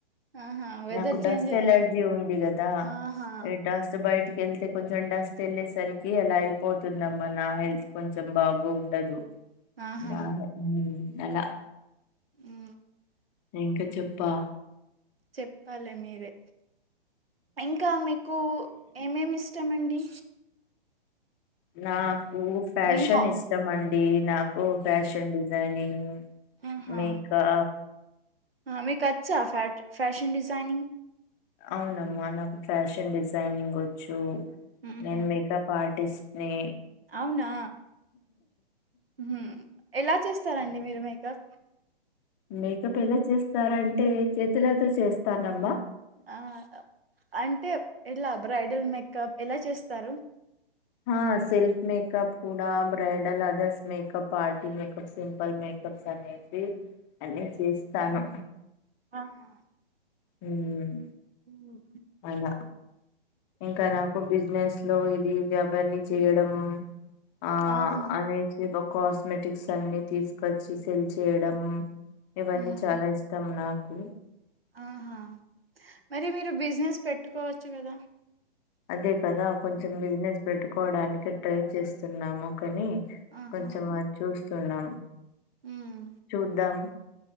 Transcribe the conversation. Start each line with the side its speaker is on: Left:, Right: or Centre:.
Right: ఆహా! వెదర్
Left: నాకు
Right: చేంజ్
Left: డస్ట్
Right: అయింది.
Left: ఎలర్జీ ఉంది గదా
Right: ఆహా!
Left: ఈ డస్ట్ బయటికి వెళ్తే కొంచెం డస్ట్ ఎళ్ళేసరికి అలా అయిపోతుందమ్మా నా హెల్త్ కొంచెం బాగు ఉండదు
Right: ఆహా!
Left: నా హెల్ ఉమ్ అలా
Right: హ్మ్.
Left: ఇంక చెప్పా
Right: చెప్పాలె మీరే ఇంకా మీకు ఏమేమ్ ఇష్టమండి
Left: నాకు ఫ్యాషన్
Right: మీ హా
Left: ఇష్టం అండి, నాకు ఫ్యాషన్ డిజైనింగ్
Right: ఆహా!
Left: మీకా
Right: ఆ మీకచ్చా ఫాట్ ఫ్యాషన్ డిజైనింగ్
Left: అవునమ్మా నాకు ఫ్యాషన్ డిజైనింగ్ ఒచ్చు,
Right: హుహు.
Left: నేను మేకప్ ఆర్ట్ టిస్ట్ నీ
Right: అవునా హ్మ్ ఎలా చేస్తారండి మీరు మేకప్
Left: మేకప్ ఎలా చేస్తారంటే చేతులతో చేస్తానమ్మా
Right: ఆ అ అంటే ఎలా బ్రైడల్ మేకప్ ఎలా చేస్తారు
Left: హ సెల్ఫ్ మేకప్ కూడా bridal others makeup, party makeup simple makeup సనేతి అని చేస్తాను.
Right: ఆహా
Left: ఉహ్మ్
Right: హ్మ్.
Left: అలా ఇంకా నాకు బిజినెస్ లో ఇది ఇది అవన్నీ చేయడం ఆ
Right: ఆహా
Left: అనేచి బో కాస్మెటిక్స్ అన్ని తీసుకొచ్చి సెల్ చేయడం ఇవన్నీ
Right: ఉమ్
Left: చాలా ఇష్టం నాక్ కు
Right: ఆహా మరి మీరు బిజినెస్ పెట్టుకోవచ్చు గదా
Left: అదే కదా కొంచెం బిజినెస్ పెట్టుకోవడానికి ట్రై చేస్తున్నాము కనీ
Right: ఆహా
Left: కొంచెం అద్ చూస్తున్నాం
Right: ఉమ్
Left: చూద్దాం.